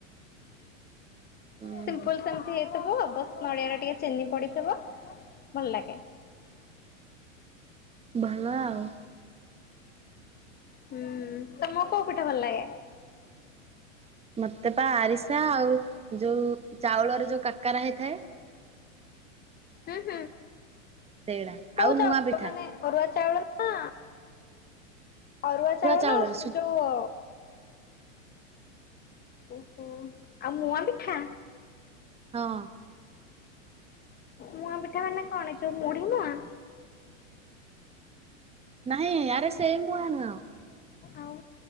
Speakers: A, on the right; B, on the left.
A: ଉଁ
B: ସିମ୍ପଲ ସେମିତି ହେଇଥିବ ବାସ୍ ନଡିଆରେ ଟିକେ ଚିନି ପଡିଥିବ ଭଲ ଲାଗେ।
A: ଭଲ ଆଉ।
B: ହୁଁ ତୁମକୁ କୋଉ ପିଠା ଭଲ ଲାଗେ?
A: ମତେ ପା ଆରିସା ଆଉ ଯୋଉ ଚାଉଳରେ ଯୋଉ କାକେରା ହେଇଥାଏ।
B: ହୁଁ ହୁଁ
A: ସେଇଡା
B: କୋଉ
A: ଆଉ
B: ଚାଉଳ
A: ମୁଆଁ ପିଠା।
B: ମାନେ ଅରୁଆ ଚାଉଳ ନା ଅରୁଆ ଚାଉଳ
A: ଚାଉଳରେ
B: ନା ଉସୁ
A: ସୁଜି
B: ଯୋଉ ଓହୋ ଆଉ ମୁଆଁ ପିଠା।
A: ହଁ
B: ମୁଆଁ ପିଠା ମାନେ କଣ ଏ ଯୋଉ ମୁଢି ମୁଆଁ।
A: ନାଇଁ ଆରେ ସେ ମୁଆଁ ନୁହଁ।
B: ଆଉ